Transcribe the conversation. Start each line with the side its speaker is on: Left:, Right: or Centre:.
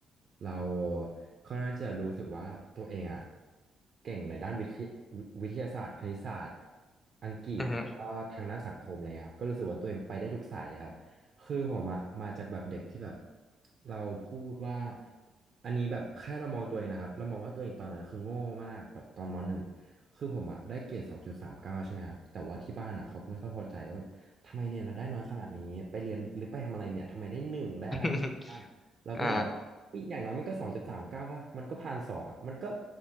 Right: เราค่อนข้างที่จะรู้สึกว่าตัวเองอ่ะเก่งในด้านวิทยวิทยาศาสตร์คณิตศาสตร์อังกฤษแล้วก็ทางด้านสังคมอะไรเงี้ยครับก็รู้สึกว่าตัวเองไปได้ทุกสายเลยครับคือผมอะมาจากแบบเด็กที่แบบ
Left: อืม
Right: เราพูดว่าอันนี้แบบแค่เรามองตัวเองนะครับเรามองว่าตัวเองตอนนั้นคือโง่มากแบบตอนมหนึ่ง คือผมอะได้เกรดสองจุดสามเก้าใช่ไหมครับแต่ว่าที่บ้านอะเขาไม่ค่อยพอใจว่าแบบทำไมเรียนเราได้น้อยขนาดนี้ไปเรียนหรือไปทำอะไรเนี่ยทำไมได้หนึ่งได้อะไรบ้างเราก็แบบว่าเฮ้ยอย่างน้อยมันก็สองจุดสามเก้าป่ะมันก็ผ่านสองอะมันก็
Left: <laughs> อ่า